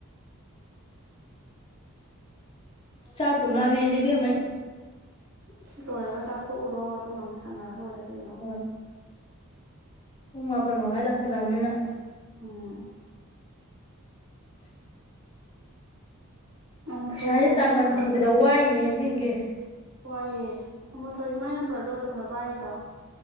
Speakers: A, on the left; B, on the right.
A: ꯆꯥꯛꯇꯨꯝ ꯂꯥꯝꯃꯛꯑꯦꯗ ꯏꯕꯦꯝꯃ ꯑꯩ
B: ꯁꯤ ꯂꯣꯏꯔꯒ ꯆꯥꯊꯣꯛꯎꯔꯣ ꯑꯗꯨꯒ ꯑꯃꯨꯛ ꯁꯥꯟꯅꯔ ꯂꯣꯏꯔꯦ ꯀꯩꯅꯣ
A: ꯍꯣꯏ ꯄꯨꯡ ꯃꯥꯄꯟ ꯃꯈꯥꯏ ꯇꯥꯁꯜꯂꯛꯑꯕꯅꯤꯅ
B: ꯎꯝ
A: <inaudible>
B: ꯑꯃꯨꯊꯣꯏꯒꯤꯁꯨ
A: ꯄꯩꯁꯥꯁꯦ ꯇꯥꯟꯐꯝ
B: ꯃꯥꯏ ꯅꯝꯕꯔꯗꯣ
A: ꯊꯤꯕꯗ ꯋꯥꯏꯅꯦ ꯑꯁꯦꯡꯒꯤ
B: ꯋꯥꯏꯑꯦ ꯑꯃꯣ ꯊꯣꯏꯁ ꯃꯥꯏ ꯅꯝꯕꯔꯗꯣ ꯑꯗꯨꯝ ꯂꫭ ꯄꯥꯏꯔꯤꯔꯣ